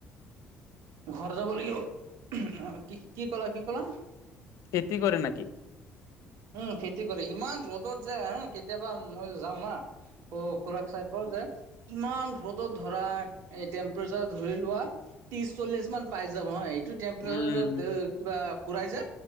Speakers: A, on the right; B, on the left.
A: ঘৰ যাব লাগিব। কি কি ক'লা কি কলা?
B: খেতি কৰে নেকি?
A: উম, খেতি কৰে ইমান ৰ'দত যে হা কেতিয়াবা মই যাও না অ' খুৰাক চাই পাওঁ যে ইমান ৰ'দত ধৰা এই টেম্পাৰেচাৰ ধৰি লোৱা ত্ৰিশ - চল্লিশ মান পাই যাব হা এইটো তেম্প্ৰেচাৰ
B: উম
A: দ্ৰে দে কিবা খুৰাই যে